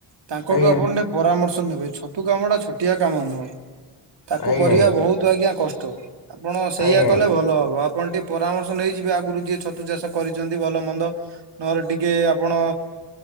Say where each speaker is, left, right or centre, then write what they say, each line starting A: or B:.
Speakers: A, on the right (about 65°); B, on the left (about 55°).
A: ତାଙ୍କଠୁ
B: ଆଜ୍ଞା
A: ଆପଣ ପରାମର୍ଶ ନେବେ ଛତୁ କାମ ଟା ଛୋଟିଆ କାମ ନୁହେଁ। ତାକୁ
B: ଆଜ୍ଞା
A: କରିବା ବହୁତ ଆଜ୍ଞା କଷ୍ଟ ଆପଣ ସେଇଆ
B: ଆଜ୍ଞା
A: କଲେ ଭଲ ହବ ଆପଣ ଟିକେ ପରାମର୍ଶ ନେଇଯିବେ ଆଗରୁ ଯିଏ ଛତୁ ଚାଷ କରିଛନ୍ତି ଭଲ ମନ୍ଦ।। ନହେଲେ ଟିକେ ଆପଣ।।